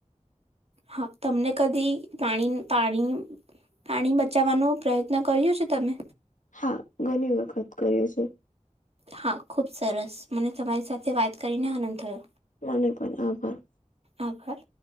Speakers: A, on the right (about 55°); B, on the left (about 85°).
A: હ તમને કદી પાણી પાણી પાણી બચાવવાનો પ્રયત્ન કર્યો છે, તમે?
B: હા ઘણી વખત કર્યો છે.
A: હા ખુબ સરસ મને તમારી સાથે વાત કરીને આનંદ થયો.
B: મને પણ આભા
A: આભાર